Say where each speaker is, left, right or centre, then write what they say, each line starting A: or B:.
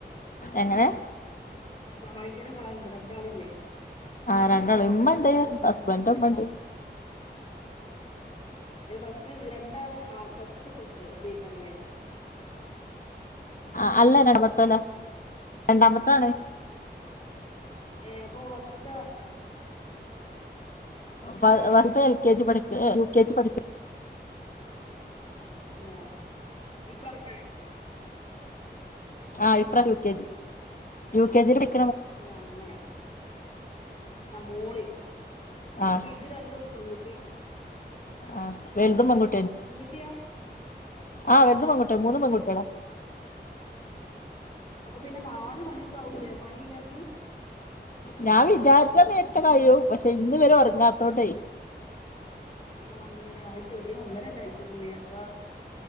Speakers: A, on the left (about 50°); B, on the left (about 30°).
A: എങ്ങനെ
B: സഹായിക്കാനൊക്കെ ആൾണ്ടോ രണ്ടാളില്ലേ
A: ആഹ രണ്ടാള് ഉമ്മണ്ട് ഹസ്ബന്റ ഉമ്മണ്ട്
B: ആ അയ്ല് ഫസ്റ്റ് രണ്ടാൾ <unintelligible> ഫസ്റ്റ്ത്തെ പ്രസവ ഇതേക്കരെല
A: ആഹ് അല്ല രണ്ടാമത്തോലെ രണ്ടാമത്താണ്
B: ഏ അപ്പൊ ഫസ്റ്റ്ത്ത
A: വർ വർത് എൽ കെ ജി പഠിക്ക
B: ഏഹ് ഇപ്രാശ
A: ആഹ് ഇപ്രാഷം യുകെജി യുകെജില് പ
B: അങ്ങനെ ആ മോള്
A: ആഹ്
B: ഇപ്പൊ ഇത് രണ്ടും പെൺകു പി
A: ആഹ് വെൽതും പെൺകു
B: അനിയത്ത്യാ
A: ആ വെല്തു പെൺകുട്ട്യ മൂന്ന് പെൺകുട്ട്യേളാ
B: അപ്പൊ പിന്നെ നാല് മണിയൊക്കാവു ലെ പണി യ്യാന്
A: ഞാൻ വിചാരിച്ച നേർത്തെ കയും പക്ഷെ ഇന്ന് ഇവര് ഒറങ്ങാത്തോണ്ടേ
B: ആഹ് അങ്ങനെ ആയി ചെറിയ ഒന്നരല്ലയിട്ടുള്ളൂ നേ ഓ